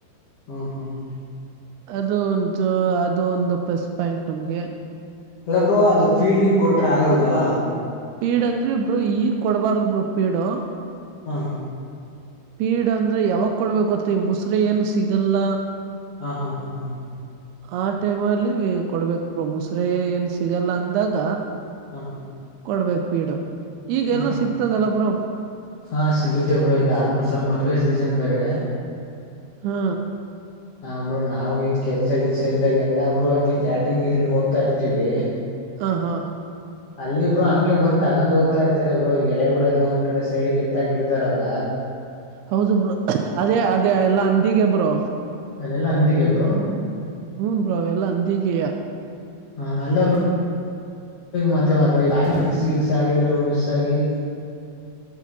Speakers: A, on the left; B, on the right.
A: ಹಾಂ ಹಾಂ ಹಾ
B: ಅದು ಒಂಚು ಅದು ಒಂದು ಪ್ಲಸ್ ಪಾಯಿಂಟ್ ನಮ್ಗೆ
A: ಅಲ್ಲ ಬ್ರೋ ಅದು ಫೀಡ್ ಗೀಡ್ ಕೊಟ್ರೆ ಆಗಲ್ವಾ
B: ಪೀಡ್ ಅಂದ್ರೆ ಬ್ರೋ ಈಗ್ ಕೊಡ್ಬಾರ್ದ ಬ್ರೋ ಪೀಡು
A: ಹಾ
B: ಪೀಡ್ ಅಂದ್ರೆ ಯಾವಾಗ ಕೊಡ್ಬೇಕ ಗೊತ್ತೆ ಈ ಮುಸ್ರೆಯನ್ ಸಿಗಲ್ಲ
A: ಹಾ ಹಾ ಹಾ ಹಾ ಹಾ
B: ಆ ಟೈಮಲ್ಲಿ ಕೊಡಬೇಕು ಬ್ರೋ ಮುಸರೆ ಏನ್ ಸಿಗಲ್ಲ ಅಂದಾಗ
A: ಹಾ
B: ಕೊಡ್ಬೇಕೇಕ್ ಪೀಡು ಈಗ
A: ಹಾ
B: ಎಲ್ಲ ಸಿಕ್ತದಲ್ಲ ಬ್ರೋ
A: ಹಾ ಸಿಗುತ್ತೇ ಬ್ರೋ ಈಗ ಆಲ್ಮೋಸ್ಟ್ ಅಲ್ ಮದ್ವೆ ಸೀಸನ್ ಬೇರೆ
B: ಹಾ
A: ಹಾ ಬ್ರೋ ನಾವು ಹಿಂಗ ಕೆಲ್ಸ ಕೆಲ್ಸ ಇಲ್ದಾಗ ಎಲ್ಲಾ ಬ್ರೋ ಹಗೆ ಕ್ಯಾಟ್ರಿಂಗ್ ಗಿಟ್ರಿಂಗ್ ಹೋಗ್ತಾ ಇರ್ತಿವಿ
B: ಹಾ ಹಾ
A: ಅಲ್ಲಿ ಬ್ರೋ ಹಂಗೆ ಬಂದ್ ತಗೊಂಡ್ ಹೋಗ್ತಾ ಇರ್ತಾರೆ ಬ್ರೋ ಈ ಎಲೆಗಳೆಲ್ಲ ಒಂದ್ ಕಡೆ ಸೈಡ್ ಎತ್ತಕಿರ್ತಾರಲ್ಲ
B: ಹೌದು ಬ್ರೋ ಅದೇ ಅದೇ ಎಲ್ಲಾ ಹಂದಿಗೆ ಬ್ರೋ
A: ಎಲ್ಲಾ ಹಂದಿಗೆ ಬ್ರೋ
B: ಹು ಬ್ರೋ ಅವೆಲ್ಲ ಹಂದಿಗೆಯಾ
A: ಹಾ ಎಲ್ಲ ಮತ್ತೆ ಮಿಕ್ ಗಿಕ್ ಆಗಿದ್ರೆ ಬ್ರೋ ಮಿಸ್ ಆಗಿ